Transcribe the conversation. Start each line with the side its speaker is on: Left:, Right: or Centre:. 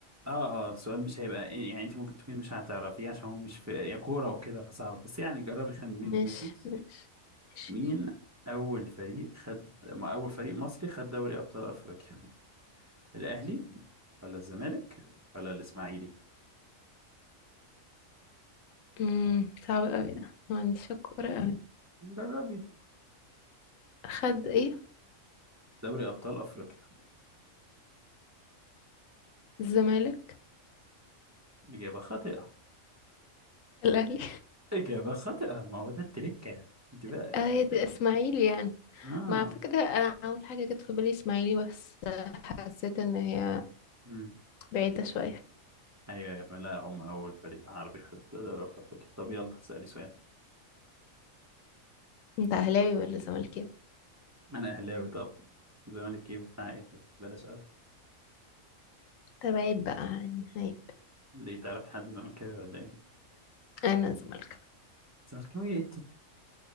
Right: اه اه سؤال مش هيبقى يعني انت ممكن تكوني مش هتعرفيه عشان هو مش في يا كورة وكده فصعب بس يعني جربي خمني
Left: ماشي
Right: ماشي
Left: ماشي ماشي
Right: مين أول فريق خد ما أول فريق مصري خد دوري أبطال أفريقيا؟ الأهلي ولا الزمالك ولا الإسماعيلي؟
Left: امم صعب قوي ده ما عنديش الكورة قوي
Right: جربي
Left: خد ايه
Right: دوري أبطال أفريقيا
Left: الزمالك
Right: إجابة خاطئة
Left: الاهلي
Right: إجابة خاطئة ما هو ده التريكة أنت
Left: <laughs>
Right: بقى
Left: اه يا دي اسماعيلي يعني
Right: آه
Left: مع فكرة انا اول حاجة جت في بالي اسماعيلي بس حسيت ان هي
Right: مم.
Left: بعيدة شوية
Right: أيوه أيوه لا هم أول فريق عربي خد دوري أبطال أفريقيا طب يلا اسألي سؤال
Left: انت اهلاوي ولا زملكاوي؟
Right: أنا أهلاوي طبعا زمالك إيه بتاع إيه بلاش أعرف
Left: طب عيب بقى يعني عيب
Right: ليه تعرفي حد زملكاوي ولا إيه؟
Left: انا زملكاوي
Right: زملكاوي إيه؟